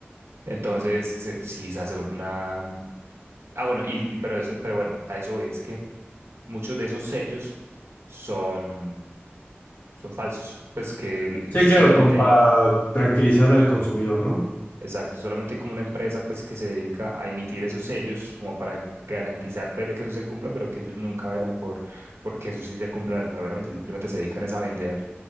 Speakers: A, on the right; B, on the left.
A: Entonces, se- sí, o sea, se vuelve una... Ah, bueno, y, y- pero, es- pero bueno, a eso voy. Es que muchos de esos sellos son, son falsos. Pues que el-
B: Sí,
A: simplemente,
B: claro, como para tranquilizar al consumidor, ¿no?
A: exacto, solamente hay como una empresa pues que se dedica a emitir esos sellos como para garantizar pues, de que eso se cumpla, pero que ellos nunca velan por, por que eso sí se cumpla realmente. Simplemente se dedican es a vender